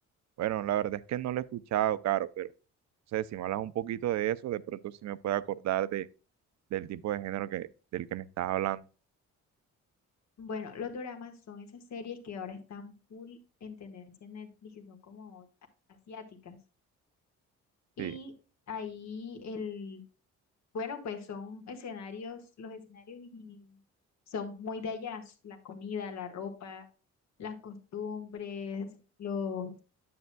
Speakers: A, on the right (about 65°); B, on the left (about 65°).
A: Bueno, la verdad es que no lo he escuchado, Caro, pero no sé, si me hablas un poquito de eso, de pronto sí me puedo acordar de, del tipo de género que, del que me estás hablando.
B: Bueno, los doramas son esas series que ahora están full en tendencia en Netflix, que son como asiáticas Y
A: Sí.
B: ahí el, bueno, pues son escenarios, los escenarios y son muy de allá, la comida, la ropa, las costumbres, los,